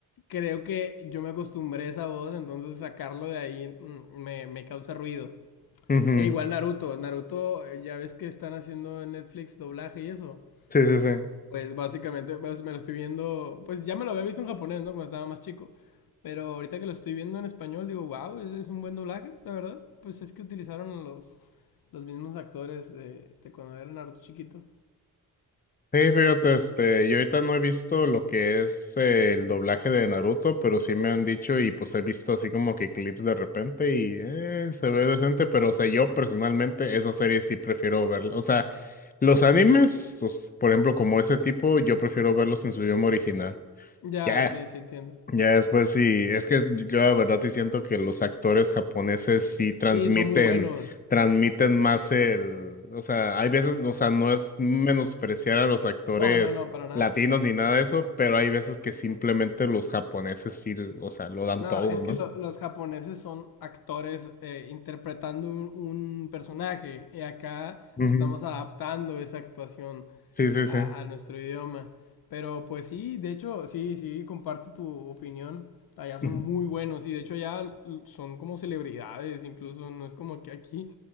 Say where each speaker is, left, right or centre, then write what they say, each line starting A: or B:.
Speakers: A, on the left (about 75°); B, on the left (about 25°).
A: creo que yo me acostumbré a esa voz, entonces sacarlo de ahí mm, me, me causa ruido.
B: Ujú.
A: E igual Naruto, Naruto, eh, ya ves que están haciendo en Netflix doblaje y eso.
B: Sí, sí, sí.
A: Pues básicamente pues, me lo estoy viendo, pues ya me lo había visto en japonés, ¿no? Cuando estaba más chico. Pero ahorita que lo estoy viendo en español, digo, wow, es, es un buen doblaje, la verdad. Pues es que utilizaron a los, los mismos actores de, de cuando era Naruto chiquito.
B: Sí, fíjate, este, yo ahorita no he visto lo que es eh, el doblaje de Naruto, pero sí me han dicho y pues he visto así como que clips de repente y eh, se ve decente, pero o sea, yo personalmente esa serie sí prefiero verla. O sea, los animes, os- por ejemplo, como ese tipo, yo prefiero verlos en su idioma original.
A: Ya,
B: Ya,
A: sí, sí entiendo.
B: ya después sí, es que yo la verdad sí siento que los actores japoneses sí transmiten,
A: Sí, son muy buenos.
B: transmiten más el, o sea, hay veces, o sea, no es menospreciar a los actores
A: No, no, no, para nada.
B: latinos ni nada de eso, pero hay veces que simplemente los japoneses sí, o sea, lo dan
A: No,
B: todo,
A: es
B: ¿no?
A: que lo- los japoneses son actores eh, interpretando un, un personaje y acá
B: Ujú.
A: estamos adaptando esa actuación
B: Sí, sí,
A: a,
B: sí.
A: a nuestro idioma. Pero pues sí, de hecho, sí, sí, comparto tu opinión. Allá son
B: Ujú.
A: muy buenos y de hecho allá l- son como celebridades, incluso no es como que aquí